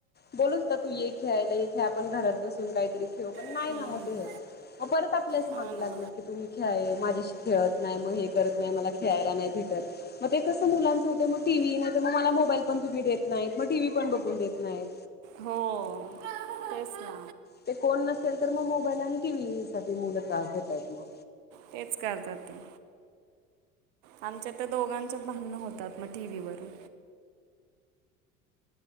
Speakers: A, on the left (about 25°); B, on the right (about 65°).
A: बोलत होता तु ये खेळायला ये खेळ आपण घरात बसु आपण काही तरी पण नाही
B: हम्म.
A: मते हे मग परत आपल्यास
B: हा
A: मागे
B: ना
A: लागणार की तुम्ही खेळा माझ्याशी खेळत नाही मग हे करत नाही मला खेळायला नाही भेटत. मग ते कसं मुलांचं होते मग टीव्ही नाही मग मला मोबाईल पण तुम्ही देत नाहीत मग टीव्ही पण बघून देत नाहीत.
B: हो तेच ना.
A: ते कोण नसेल तर मग मोबाईल आणि टीव्ही साठी मुलं त्रास देतायत मग.
B: तेच करतात ते. आमच्या तर दोघांच्यात भांडणं होतात मग टीव्हीवरून.